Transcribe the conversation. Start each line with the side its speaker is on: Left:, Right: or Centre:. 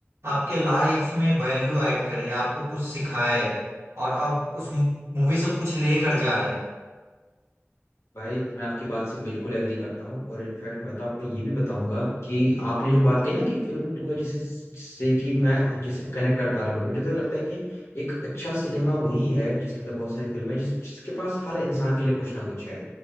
Right: आपके लाइफ में वैल्यू ऐड करे आपको कुछ सिखाए और आप उस मूवी से कुछ लेकर जा रहे हैं
Left: भाई मैं आपकी बात से बिल्कुल एग्री करता हूँ और इनफैक्ट मैं तो आपको ये भी बताऊंगा कि आपने जो बात कही ना कि फिल्म वो जिसे जिससे कि मैं जिसे कनेक्ट कर पा रहे लोग मुझे तो लगता है कि एक अच्छा सिनेमा वही है जिसके अंदर बहुत सारी फिल्म है जिस, जिसके पास हर इंसान के लिए कुछ ना कुछ है